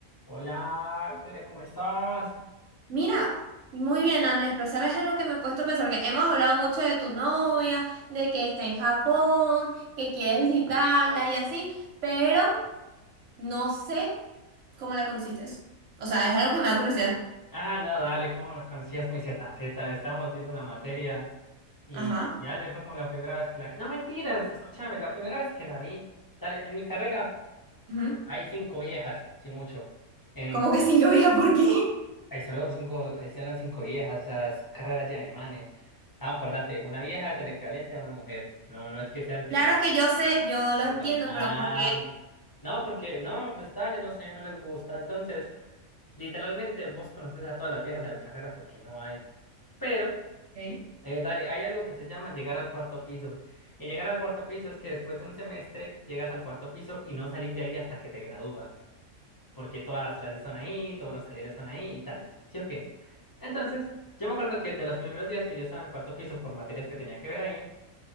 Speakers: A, on the left; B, on the right.
A: Hola, Victoria, ¿cómo estás?
B: Mira, muy bien, Andrés, pero ¿sabes algo que me he puesto a pensar? Porque hemos hablado mucho de tu novia, de que está en Japón, que quieres visitarla y así, pero no sé cómo la conociste. O sea, es algo que me da curiosidad.
A: Ah, no, dale, ¿cómo me conocías muy ZZ? Estábamos viendo una materia y
B: Ajá.
A: y dale, fue como la primera vez que la vi. No, mentiras, escúchame, la primera vez que la vi. Dale, en mi carrera
B: ujú.
A: hay cinco viejas, sí mucho. En,
B: Como que cinco días, ¿por qué?
A: hay solo cinco, hay solo cinco viejas, o sea, es carrera llena de manes. Ah, acordate, una vieja es el equivalente a una mujer. No, no es que sean señoras,
B: Claro que yo sé, yo lo
A: perdón.
B: entiendo,
A: Ah,
B: pero ¿por qué?
A: no, porque, no, pues dale, no sé, no les gusta. Entonces. Literalmente vos conoces a todas las viejas de la carrera porque no hay. Pero,
B: Ok.
A: eh, dale, hay algo que se llama llegar al cuarto piso. Y llegar al cuarto piso es que después de un semestre llegas al cuarto piso y no salís de ahí hasta que te gradúas. Porque todas las clases son ahí, todos los talleres son ahí y tales. ¿Sí o qué? Entonces, yo me acuerdo que de los primeros días que yo estaba en el cuarto piso por materias que tenía que ver ahí,